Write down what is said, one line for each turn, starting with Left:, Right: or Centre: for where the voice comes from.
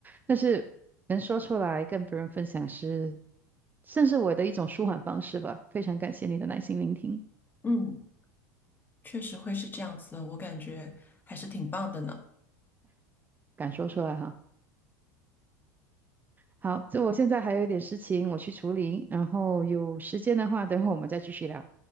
Right: 但是能说出来跟别人分享是，算是我的一种舒缓方式吧。非常感谢你的耐心聆听，
Left: 嗯，确实会是这样子的，我感觉还是挺棒的呢。
Right: 敢说出来哈。好，就我现在还有一点事情我去处理，然后有时间的话，等会我们再继续聊。